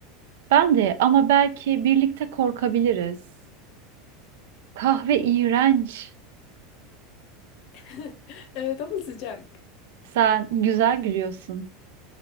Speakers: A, on the right; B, on the left.
A: Ben de ama belki birlikte korkabiliriz. Kahve iğrenç.
B: <laughs> Evet ama sıcak.
A: Sen güzel gülüyorsun.